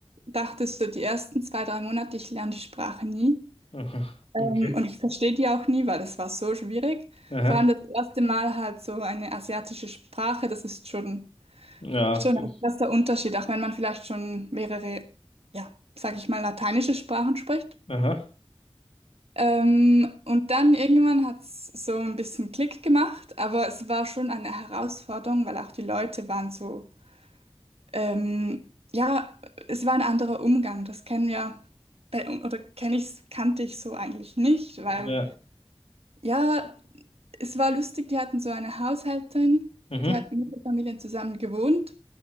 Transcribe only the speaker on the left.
<laughs> Aha.
Okay.
Aha.
Ja,
es ist.
Aha.
Ja.
Mhm.